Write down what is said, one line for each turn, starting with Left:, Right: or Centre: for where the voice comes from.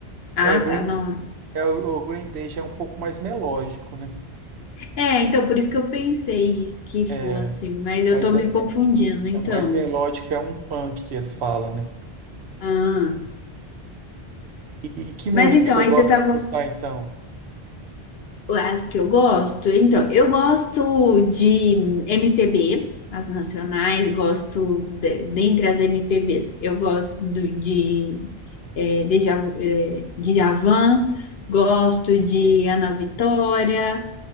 Left: Ah,
Right: É, Green,
Left: tá, não.
Right: É, o o Green Day já é um pouco mais melódico, né?
Left: É, então por isso que eu pensei que
Right: É,
Left: fosse, mas eu
Right: mas
Left: tô
Right: é,
Left: me confundindo,
Right: é-
Left: então.
Right: é mais melódico, é um punk que eles falam, né?
Left: Ah.
Right: E, e que música
Left: Mas então,
Right: que você
Left: aí
Right: gosta
Left: você estava
Right: de escutar, então?
Left: As que eu gosto, então, eu gosto de MPB, as nacionais, gosto de- dentre as MPBs, eu gosto do- de é, Deja, é, Djavan, gosto de Ana Vitória,